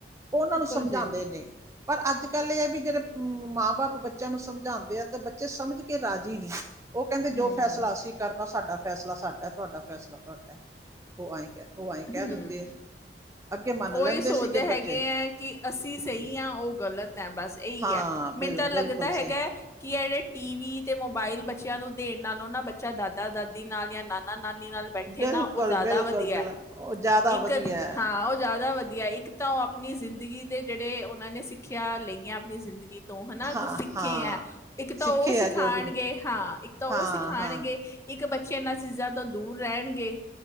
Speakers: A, on the right; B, on the left.
A: ਉਹਨਾਂ ਨੂੰ ਸਮਝਾਂਦੇ
B: ਬਿਲਕੁਲ ਜੀ
A: ਨੇ। ਪਰ ਅੱਜ ਕੱਲ੍ਹ ਇਹ ਹੈ ਵੀ ਜਿਹੜੇ ਮਾਂ ਬਾਪ ਬੱਚਿਆਂ ਨੂੰ ਸਮਝਾਉਂਦੇ ਆ ਤੇ ਬੱਚੇ ਸਮਝ ਕੇ ਰਾਜੀ ਨਹੀਂ <inaudible> ਉਹ ਕਹਿੰਦੇ
B: ਹਮ
A: ਜੋ ਫੈਸਲਾ ਅਸੀਂ ਕਰਨਾ ਸਾਡਾ ਫੈਸਲਾ ਸਾਡਾ ਤੁਹਾਡਾ ਫੈਸਲਾ ਤੁਹਾਡਾ ਹੋ ਆਏ। ਉਹ ਆਏਂ ਕਹਿ
B: ਹਮ
A: ਦਿੰਦੀ ਹੈ ਅੱਗੇ ਮੰਨ
B: ਉਹੀ
A: ਲੈਂਦੇ
B: ਸੋਚਦੇ
A: ਸੀਗੇ
B: ਹੈਗੇ
A: ਬੱਚੇ
B: ਹੈ ਕਿ ਅਸੀਂ ਸਹੀ ਹਾਂ ਉਹ ਗਲਤ ਤਾਂ ਬਸ ਇਹੀ
A: ਹਾਂ
B: ਹੈ ਮੈਨੂੰ
A: ਬਿਲ
B: ਤਾਂ ਲੱਗਦਾ
A: ਬਿਲਕੁਲ ਸਹੀ
B: ਹੈਗਾ ਕਿ ਜਿਹੜੇ ਟੀ ਵੀ ਤੇ ਮੋਬਾਇਲ ਬੱਚਿਆਂ ਨੂੰ ਦੇਣ ਨਾਲ ਉਹ ਨਾ ਬੱਚਾ ਦਾਦਾ ਦਾਦੀ ਨਾਲ ਜਾਂ ਨਾਨਾ ਨਾਨੀ ਨਾਲ ਬੈਠੇ
A: ਬਿਲਕੁਲ
B: ਨਾ ਉਹ ਜ਼ਿਆਦਾ
A: ਬਿਲਕੁਲ
B: ਵਧੀਆ
A: ਬਿਲ ਉਹ ਜ਼ਿਆਦਾ
B: ਇੱਕ
A: ਵਧੀਆ ਹੈ
B: ਹਾਂ ਉਹ ਜਾ ਜ਼ਿਆਦਾ ਵਧੀਆ ਇੱਕ ਤਾਂ ਉਹ ਆਪਣੀ ਜ਼ਿੰਦਗੀ ਦੇ ਜਿਹੜੇ ਉਹਨਾਂ ਨੇ ਸਿੱਖਿਆ ਲਈਆਂ ਆਪਣੀ ਜ਼ਿੰਦਗੀ ਤੋਂ ਹਨਾ
A: ਹਾਂ
B: ਕੁਛ ਸਿੱਖੇ
A: ਹਾਂ
B: ਹੈ ਇੱਕ ਤਾਂ
A: ਸਿੱਖੇ
B: ਉਹ ਸਿਖਾਂਣਗੇ
A: ਆ ਜੋ ਵੀ
B: ਹਾਂ ਇੱਕ ਤਾਂ ਉਹ
A: ਹਾਂ
B: ਸਿਖਾਂਣਗੇ
A: ਹਾਂ
B: ਇੱਕ ਬੱਚੇ ਬੱਚੇ ਇਹਨਾਂ ਚੀਜ਼ਾਂ ਤੋਂ ਦੂਰ ਰਹਿਣਗੇ।